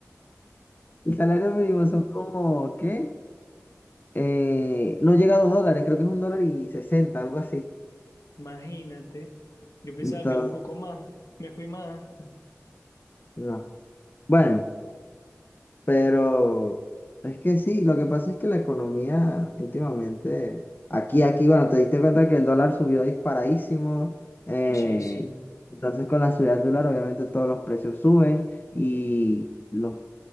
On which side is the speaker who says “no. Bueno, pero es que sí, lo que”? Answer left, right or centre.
Left